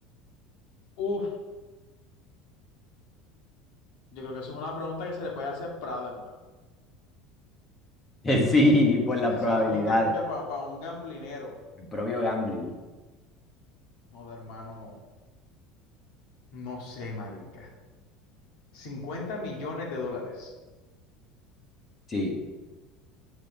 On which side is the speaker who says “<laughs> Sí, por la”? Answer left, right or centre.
Left